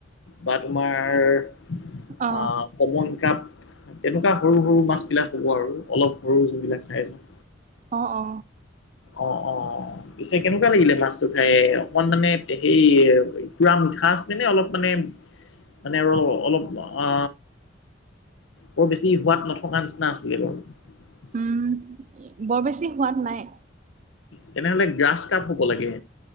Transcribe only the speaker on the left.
বা তোমাৰ,
আ কমন কাপ তেনেকুৱা সৰু-সৰু মাছবিলাক হ'ব আৰু! অলপ সৰু যোনবিলাক চাইজত।
অ' অ'। পিছে কেনেকুৱা লাগিলে মাছটো খাই? অকণ মানে সেই পুৰা মিঠা আছে নে অলপ মানে। মানে আৰু অলপ আ। বৰ বেছি সোৱাদ নথকা নিচিনা আছিলে বাৰু।
তেনেহ'লে গ্ৰাছ কাপ হ'ব লাগে